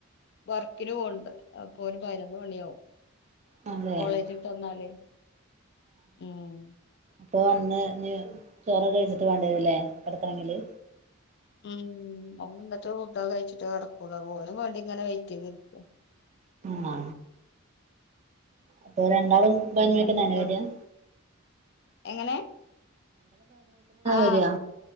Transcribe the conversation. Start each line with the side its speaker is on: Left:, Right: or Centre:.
Left: വർക്കിന് പോണ്ട് അപ്പൊ ഓന് പതിനൊന്ന് മണിയാവും
Right: അതെ ആഹ്
Left: കോളേജ് വിട്ട് വന്നാലെ ഉം
Right: ഇപ്പ വന്ന് ചോറ് കഴിച്ചിട്ട് വേണ്ടി വരല്ലേ കെടക്കണമെങ്കില്
Left: ഉം ഓൻ വന്നിട്ട് ഫുഡ് കഴിച്ചിട്ട് കിടക്കുള്ളൂ അപ്പൊ ഓനും വേണ്ടി ഇങ്ങനെ വെറ്റ് ചെയ്ത്ക്ക
Right: മാ അപ്പൊ ര <unintelligible> ണ്ടളും പതിനൊന്ന്
Left: പിന്നെന്തൊക്കെ
Right: മണിക്കന്നെ വര <unintelligible>
Left: എങ്ങനെ ആ
Right: വരിക